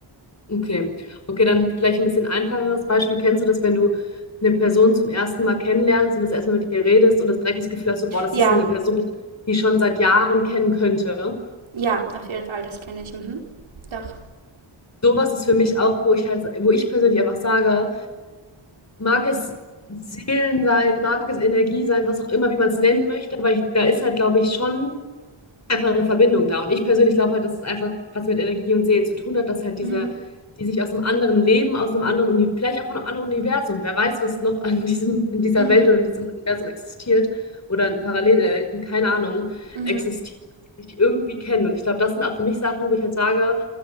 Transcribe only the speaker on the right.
Ja,
ja, auf jeden Fall, das kenne ich. Mhm. Doch.
Mhm.
Mhm.
Mhm.